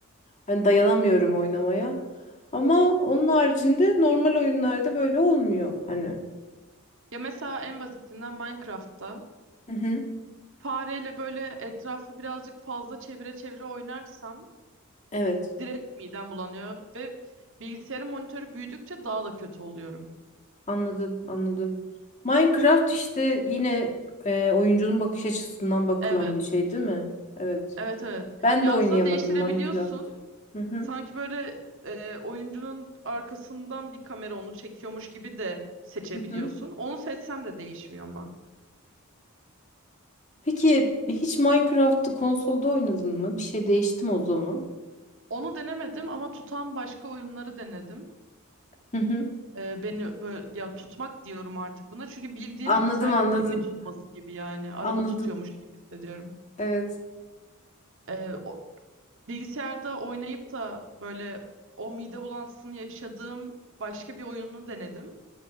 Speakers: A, on the left; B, on the right.
A: Hani dayanamıyorum oynamaya. Ama onun haricinde normal oyunlarda böyle olmuyor hani.
B: Ya mesela en basitinden Minecraft'ta
A: Hı hı.
B: Fareyle böyle etrafı birazcık fazla çevire çevire oynarsam
A: Evet,
B: direkt midem bulanıyor ve bilgisayarın monitörü büyüdükçe daha da kötü oluyorum.
A: anladım, anladım. Minecraft işte yine e, oyuncunun bakış açısından bakılan
B: Evet,
A: bir şey değil mi? Evet.
B: evet, evet.
A: Ben
B: Ya
A: de oynayamadım
B: aslında değiştirebiliyorsun.
A: Minecraft. Hı hı.
B: Sanki böyle e, oyuncunun arkasından bir kamera onu çekiyormuş gibi de seçebiliyorsun.
A: Hı hı.
B: Onu seçsem de değişmiyor ama.
A: Peki hiç Minecraft'ı konsolda oynadın mı? Bir şey değişti mi o zaman?
B: Onu denemedim ama tutan başka oyunları denedim.
A: Hı hı.
B: Ee, beni böyle ya tutmak diyorum artık buna çünkü bildiğin
A: Anladım,
B: sanki
A: anladım.
B: gemi tutması gibi yani araba
A: Anladım.
B: tutuyormuş gibi hissediyorum.
A: Evet.
B: Ee, o- bilgisayarda oynayıp da böyle o mide bulantısını yaşadığım başka bir oyunu denedim.